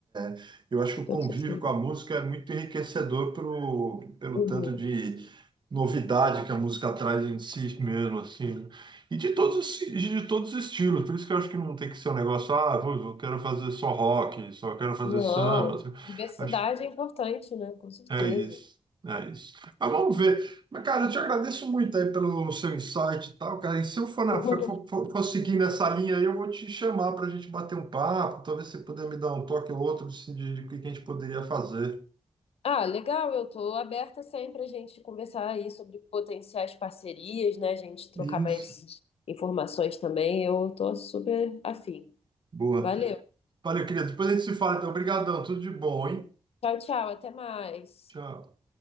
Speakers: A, on the right; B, on the left.
A: é. Eu acho que
B: Eu
A: o
B: penso
A: convívio
B: assim.
A: com a música é muito enriquecedor pelo, pelo
B: Uhum.
A: tanto de novidade que a música traz em si mesmo, assim, né? E de todos, os- si, de todos os estilos. Por isso que eu acho que não tem que ser um negócio, ah, vou- eu quero fazer só rock, só quero fazer
B: Não,
A: samba. assim.
B: diversidade
A: Acho
B: é importante, né? Com certeza.
A: É isso, é isso. Mas vamos ver. Mas, cara, eu te agradeço muito aí pelo seu insight e tal, cara. E se eu for, na,
B: <laughs>
A: for, for, for seguir nessa linha aí, eu vou te chamar para a gente bater um papo, talvez você puder me dar um toque ou outro assim, de, de o que a gente poderia fazer.
B: Ah, legal, eu estou aberta sempre a gente conversar aí sobre potenciais parcerias, né? A gente trocar
A: Isso.
B: mais informações também. Eu estou super afim.
A: Boa.
B: Valeu.
A: Valeu, querido. Depois a gente se fala, então. Obrigadão. Tudo de bom, hein?
B: Tchau, tchau, até mais.
A: Tchau.